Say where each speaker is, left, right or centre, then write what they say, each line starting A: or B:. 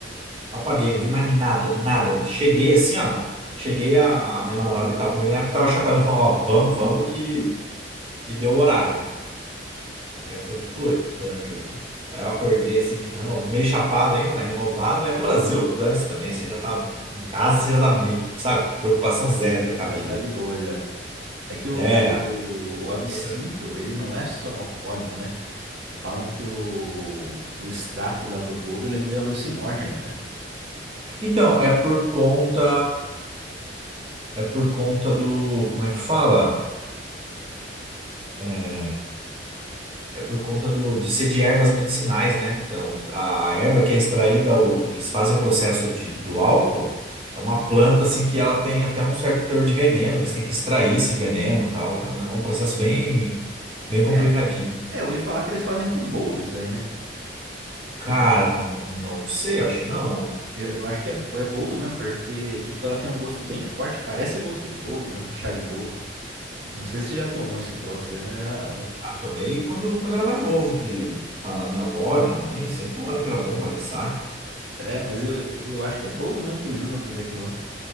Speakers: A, on the right; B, on the right.
A: apaguei, não vi mais nada, nada. Cheguei assim, ó. Cheguei a, a minha namorada que tava comigo na época tava chacoalhando, falando, ó, vamos, vamos que, que deu o horário. Aí eu falei, puta, não acredito. Aí eu acordei assim, tipo, reno- meio chapado ainda, mas renovado. Aí no Brasil, dane-se também, você já tá em casa, você já tá, me- sabe, preocupação zero com
B: Já
A: a vida,
B: tá de boa já. É que o,
A: né?
B: o,
A: Aí
B: o absinto,
A: foi tranquilo.
B: ele não é só alcoólico, né? Falam que o, o extrato lá do boldo, ele é meio alucinógeno, cara.
A: Então, é por conta. É por conta do. Como é que fala? É, É por conta do, de ser de ervas medicinais, né? Então, a, a erva que é extraída, o, que eles fazem o processo de, do álcool, é uma planta assim que ela tem até um certo teor de veneno, eles têm que extrair esse veneno e tal. É um, ne- é um processo bem,
B: Sim.
A: bem complicadinho.
B: É, é, eu ouvi falar que eles fazem com boldo isso daí, né?
A: Cara,
B: Com-
A: não, não sei, acho que não.
B: eu, eu acho que é, bo- é boldo mesmo, porque, tipo, ela tem um gosto bem forte, parece gosto de boldo mesmo, de chá de boldo. Não sei se você já tomou esse troço aí, mas já...
A: Ah, tomei quando, quando era mais novo, que fala, minha avó e minha mãe sempre falaram que era bom pra ressaca.
B: É, mas eu, eu acho que é boldo mesmo que eles usam pra fazer aquilo lá.